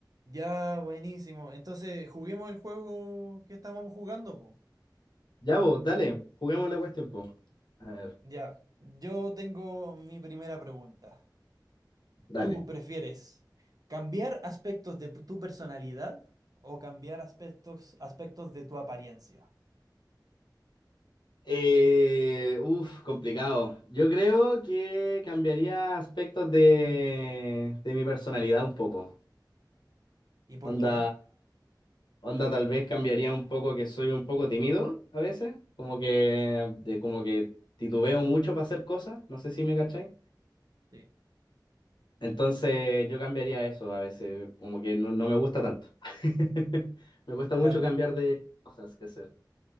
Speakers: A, on the right; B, on the left.
A: Ya, buenísimo. Entonces, juguemos el juego que estábamos jugando, po.
B: Ya vos, dale, juguemos la cuestión, po. A ver,
A: Ya, yo tengo mi primera pregunta.
B: dale.
A: ¿Tú prefieres cambiar aspectos de tu personalidad o cambiar aspectos, aspectos de tu apariencia?
B: Eh, uf, complicado. Yo creo que cambiaría aspectos de, de mi personalidad un poco.
A: ¿Y por
B: Onda,
A: qué?
B: onda tal vez cambiaría un poco que soy un poco tímido a veces, como que, de- como que titubeo mucho para hacer cosas, no sé si me cacháis.
A: Sí.
B: Entonces yo cambiaría eso a veces, como que no, no me gusta tanto. <laughs> Me cuesta
A: Claro,
B: mucho cambiar de cosas que hacer.